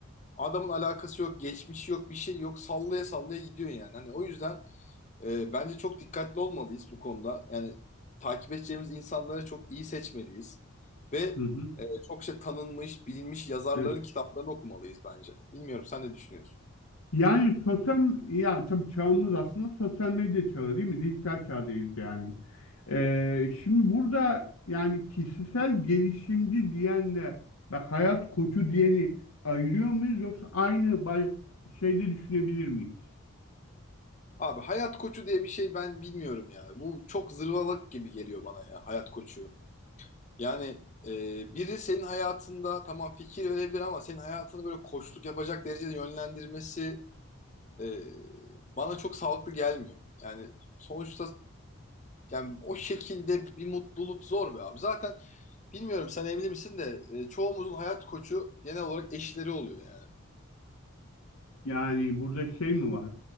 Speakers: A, on the left; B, on the left.
A: Adamın alakası yok, geçmişi yok, bir şey yok. Sallaya sallaya gidiyor yani. Hani o yüzden ee, bence çok dikkatli olmalıyız bu konuda. Yani takip edeceğimiz insanları çok iyi seçmeliyiz. Ve
B: Hı hı.
A: e, çokça tanınmış, bilinmiş yazarların
B: Evet.
A: kitaplarını okumalıyız bence. Bilmiyorum sen ne düşünüyorsun?
B: Yani sosyal ya tabii çağımız aslında sosyal medya çağı değil mi? Dijital çağdayız yani. E, şimdi burada yani kişisel gelişimci diyenle ve hayat koçu diyeni ayırıyor muyuz yoksa aynı bay- şeyde düşünebilir miyiz?
A: Abi hayat koçu diye bir şey ben bilmiyorum ya. Bu çok zırvalık gibi geliyor bana ya hayat koçu. Yani e, biri senin hayatında tamam fikir verebilir ama senin hayatını böyle koçluk yapacak derecede yönlendirmesi e, bana çok sağlıklı gelmiyor. Yani sonuçta Yani o şekilde bir mutluluk zor be abi. Zaten bilmiyorum sen evli misin de e, çoğumuzun hayat koçu genel olarak eşleri oluyor yani.
B: Yani burada şey mi var?